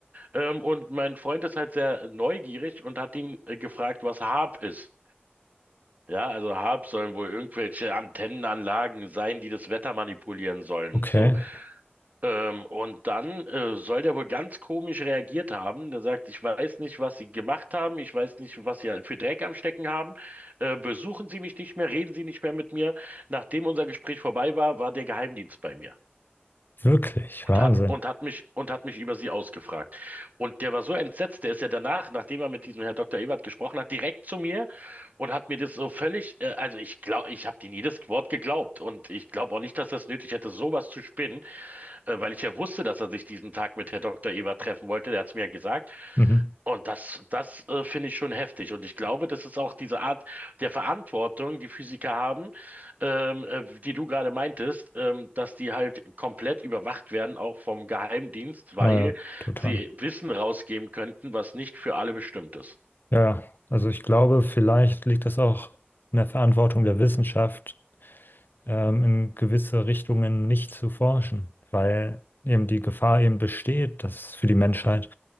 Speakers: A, on the right; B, on the left.
A: Ähm, und mein Freund ist halt sehr neugierig und hat ihn äh, gefragt, was HAAP ist. Ja, also HAAP sollen wohl irgendwelche Antennenanlagen sein, die das Wetter manipulieren sollen
B: Okay.
A: und so. Ähm, und dann äh, soll der wohl ganz komisch reagiert haben. Der sagt, ich weiß nicht, was Sie gemacht haben, ich weiß nicht, was Sie für Dreck am Stecken haben. Äh, besuchen Sie mich nicht mehr, reden Sie nicht mehr mit mir. Nachdem unser Gespräch vorbei war, war der Geheimdienst bei mir
B: Wirklich.
A: und
B: Wahnsinn.
A: hat und hat mich und hat mich über Sie ausgefragt. Und der war so entsetzt, der ist ja danach, nachdem er mit diesem Herr Dr. Ebert gesprochen hat, direkt zu mir und hat mir das so völlig, äh, also ich glaube, ich habe denen jedes Wort geglaubt und ich glaube auch nicht, dass das nötig hätte, sowas zu spinnen äh, weil ich ja wusste, dass er sich diesen Tag mit Herr Doktor Eber treffen wollte. Der hat es mir ja gesagt.
B: Mhm.
A: Und das, das äh, finde ich schon heftig. Und ich glaube, das ist auch diese Art der Verantwortung, die Physiker haben, ähm, äh, die du gerade meintest, ähm, dass die halt komplett überwacht werden, auch vom Geheimdienst, weil
B: Naja, total.
A: sie Wissen rausgeben könnten, was nicht für alle bestimmt ist.
B: Ja, also ich glaube, vielleicht liegt das auch in der Verantwortung der Wissenschaft, ähm, in gewisse Richtungen nicht zu forschen, weil eben die Gefahr eben besteht, dass für die Menschheit,